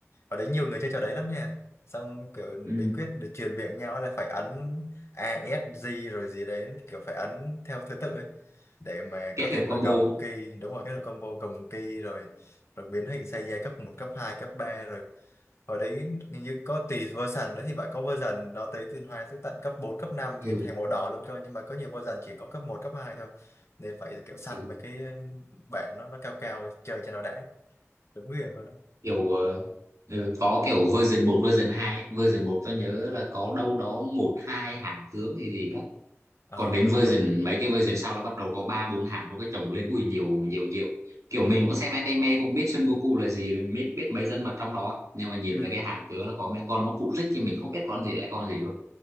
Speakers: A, on the left; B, on the right.
A: và đấy nhiều người chơi trò đấy lắm nha. Xong kiểu
B: ừ.
A: bí quyết để truyền miệng nhau là phải ấn A S G rồi gì đấy, kiểu phải ấn theo thứ tự ấy. để mà
B: kết
A: có thể
B: hợp
A: mà
B: combo
A: gồng ki đúng rồi cái là combo gồng ki rồi rồi biến hình xây dây cấp một cấp 2 cấp 3 rồi hồi đấy hình như có tùy version nữa thì phải có version nó tới tiến hóa tới tận cấp 4 cấp năm
B: ừ,
A: gì thành màu đỏ luôn cơ nhưng mà có nhiều version chỉ có cấp một cấp 2 thôi nên phải kiểu săn
B: ừ.
A: mấy cái ừ, bản nó nó cao cao chơi cho nó đã đúng nghiền luôn đó
B: kiểu ờ, ừ, có kiểu version một version 2 ấy. version một tôi
A: ừ.
B: nhớ là có đâu đó một hai hãng tướng gì gì đó
A: ờ
B: còn đến
A: đúng
B: version
A: rồi
B: mấy cái version sau là bắt đầu có ba bốn hãng nó cái chồng lên ui nhiều nhiều nhiều kiểu mình cũng xem anime cũng biết Son Goku là gì mình biết biết mấy nhân vật trong đó nhưng mà nhìn
A: ừ.
B: mấy cái hãng tướng là có mấy con nó cụ rích thì mình không biết con gì lại con gì luôn